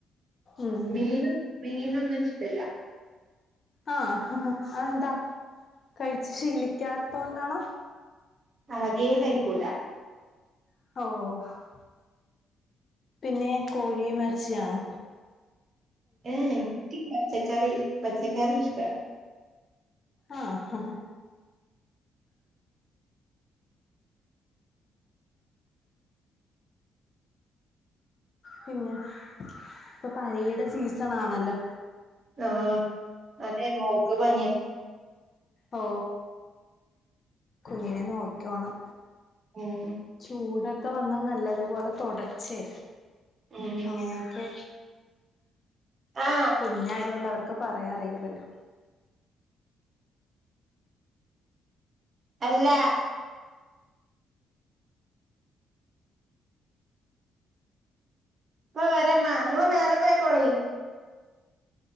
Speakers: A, on the left; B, on the right.
A: ഉം
B: മീനും മീനൊന്നും ഇഷ്ടല്ല.
A: ആഹ് അതെന്താ കഴിച്ചു ശീലിക്കാത്തണ്ടൊണാണോ?
B: ആദ്യേ കഴിക്കൂല.
A: ഓഹ് പിന്നെ കോഴിയും എർച്ചിയാണോ
B: ഏഹ് ഇൻ ക്ക് പച്ചക്കറി, പച്ചക്കറി ഇഷ്ട്ടാ
A: ആഹ് പിന്നെ ഇപ്പ പനിടെ സീസൺ ആണല്ലോ?
B: ആഹ് അതെ മോക്ക് പനിയാ.
A: ഓ കുഞ്ഞിനെ നോയ്ക്കോണം
B: മ്
A: ചൂടെക്കെ വന്നാ നല്ലതുപോലെ തൊടച്ചേ.
B: ഉം
A: ങ്ങനെയെക്കെ
B: ആ
A: കുഞ്ഞായത് കൊണ്ട് അവർക്ക് പറയാറിയിലല്ലോ.
B: എല്ലാ ഇപ്പ വെരമ്മ. നിങ്ങള് മേലേക് പ്പോയ്ക്കോളി